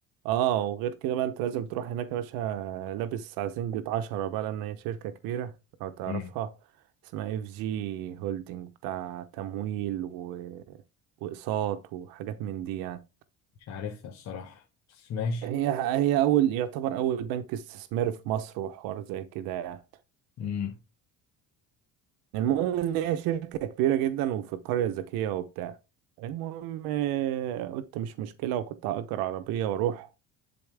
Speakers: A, on the right (about 90°); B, on the left (about 50°).
A: اه وغير كده بقى انت لازم تروح هناك يا باشا لابس عزينجة عشرة بقى لان هي شركة كبيرة لو تعرفها
B: امم
A: اسمها اف جي هولدنج بتاع تمويل و... واقساط وحاجات من دي يعني
B: مش عارفها الصراحه بس ماشي
A: هي هي اول يعتبر اول بنك استثماري في مصر وحوار زي كده يعني
B: امم
A: المهم ان هي شركة كبيرة جدا وفي القرية الذكية وبتاع المهم آه، قلت مش مشكلة وكنت هأجر عربية واروح